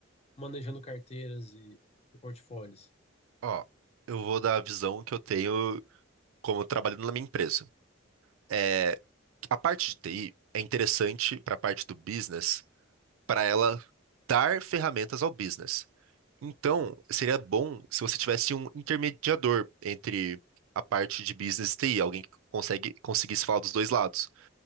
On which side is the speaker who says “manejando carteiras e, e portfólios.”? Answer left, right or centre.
Left